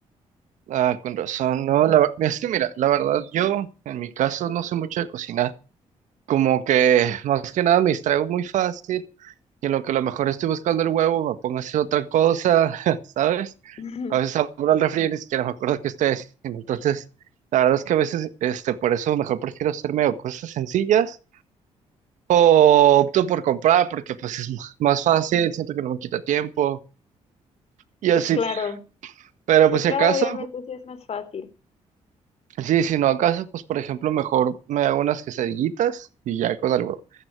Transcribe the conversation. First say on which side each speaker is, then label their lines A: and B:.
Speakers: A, on the right; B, on the left.
A: ah, con razón, no, la, ver- es que mira, la verdad, yo en mi caso no sé mucho de cocinar. Como que más que nada me distraigo muy fácil Y en lo que a lo mejor estoy buscando el huevo, me pongo a hacer otra cosa, <laughs> ¿sabes?
B: <clears throat>
A: A veces abro el refri y ni siquiera me acuerdo que estoy haciendo. Entonces, la verdad es que a veces, este, por eso mejor prefiero hacerme o cosas sencillas o opto por comprar porque pues es m- más fácil, siento que no me quita tiempo y
B: Pues
A: así.
B: claro,
A: Pero
B: pues
A: pues
B: claro,
A: si acaso,
B: obviamente sí es más fácil.
A: sí, si no acaso, pues por ejemplo mejor me hago unas quesadillitas y ya con algo